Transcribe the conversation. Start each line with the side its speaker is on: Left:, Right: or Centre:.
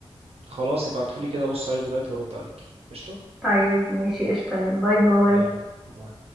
Right: خلاص ابعتولي كده بص عليه دلوقتي وارد عليك قشطة
Centre: طيب ماشي قشطة يلا، باي باي
Right: يلا باي